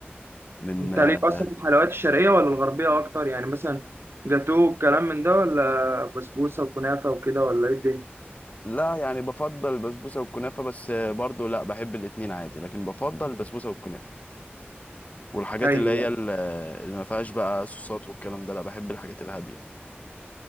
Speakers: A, on the left (about 35°); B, on the right (about 70°).
A: من
B: انت
A: آه،
B: ليك اصلا في الحلويات الشرقيه ولا الغربيه اكتر يعني مثلا جاتوه والكلام من ده ولا بسبوسه وكنافه وكده ولا ايه الدنيا
A: لا يعني بفضل البسبوسه والكنافه بس آه، برضو لا بحب الاتنين عادي لكن بفضل البسبوسه والكنافه والحاجات
B: ايوه
A: اللي هي ال- آه، اللي ما فيهاش بقى صوصات والكلام ده لا بحب الحاجات الهاديه